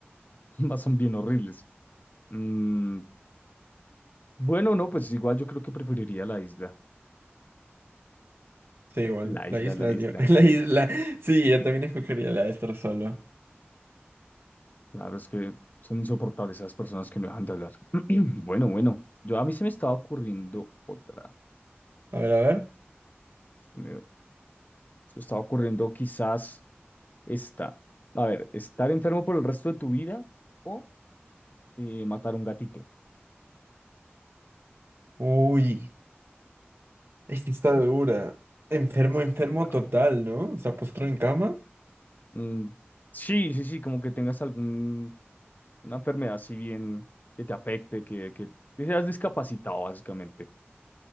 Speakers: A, on the left (about 45°); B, on the right (about 65°).
A: <laughs> ambas son bien horribles. Mm, bueno, no, pues igual yo creo que preferiría la isla,
B: Sí, igual,
A: la
B: la
A: isla,
B: isla,
A: la isla.
B: yo, <laughs> la isla, sí, yo también escogería la de estar solo.
A: Claro, es que son insoportables esas personas que no dejan de hablar. <clears throat> Bueno, bueno, yo a mí se me estaba ocurriendo otra.
B: A ver, a ver.
A: Se me, se me estaba ocurriendo quizás esta. A ver, estar enfermo por el resto de tu vida o eh, matar un gatito.
B: Uy, esta está dura. Enfermo,
A: Está
B: enfermo
A: muy dura.
B: total, ¿no? O sea, postró en cama.
A: Mm, sí, sí, sí, como que tengas alguna enfermedad si bien que te afecte, que, que, que seas discapacitado básicamente.